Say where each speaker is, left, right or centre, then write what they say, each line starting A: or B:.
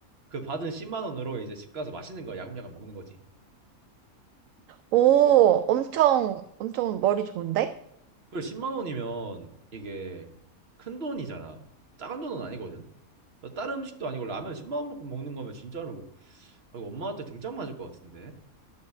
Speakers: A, on the right; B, on the right.
A: 그 받은 10만 원으로 이제 집 가서 맛있는 거 야금야금 먹는 거지.
B: 오, 엄청, 엄청 머리 좋은데?
A: 그리고 10만 원이면 이게 큰 돈이잖아. 작은 돈은 아니거든. 어, 다른 음식도 아니고 라면 10만 원 먹고 먹는 거면 진짜로 아, 이거 엄마한테 등짝 맞을 것 같은데.